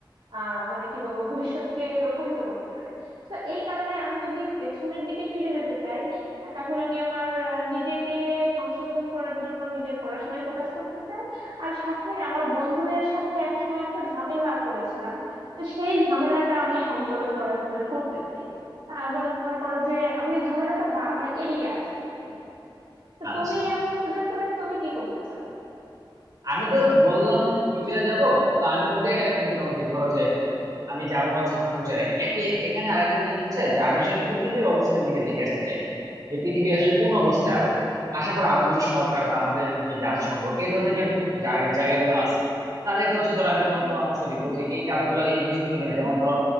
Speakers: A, on the right; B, on the right.
A: আহ মানে কি বলবো ভবিষ্যৎকে প্রভাবিত করতে পারে তো এই কারণে আমি যদি পেছনের দিকে ফিরে যেতে চাই আহ, তাহলে আমি আমার আহ, নিজেকে সংশোধন করার জন্য নিজের পড়াশোনায় ফোকাস করতে চাই আর সাথে আমার বন্ধুদের সাথে একসময় একটা ঝামেলা করেছিলাম তো সেই ঝামেলাটা আমি সংশোধন করার মানে করতে চাই আহ মনে মনে করো যে আমি এই ঝামেলাটা বা- মানে এড়িয়ে আসতে চাই তো
B: আচ্ছা
A: তুমি এরকম সুযোগ পেলে তুমি কি করতে চাও
B: আমি তো বললাম যে আমি ফিউচারে যাব তো আমি ওইটাই আর কি মোটামুটি ধরো যে আমি যাব হচ্ছে আমার ফিউচারে একে এখানে আরেকটা জিনিস হচ্ছে যে আমি আসলে পৃথিবীর অবস্থাটা মিলে দেখে আসতে চাই যে পৃথিবী আসলে কোন অবস্থায় আছে আশা করি আমাদের যে সরকার বা আমাদের যে জাতিসংঘ এই ধরনের যে ক- জায়- জায়গাগুলো আছে তাদেরকে হচ্ছে ধরো আমি তখন
A: হুম।
B: পরামর্শ দিব যে এই কাজগুলো এই ডিসিশন গুলো নিবে যেমন ধরো